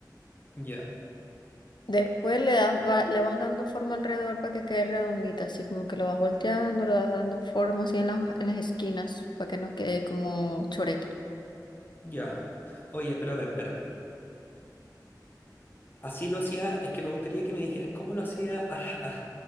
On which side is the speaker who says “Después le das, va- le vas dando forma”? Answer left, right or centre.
Left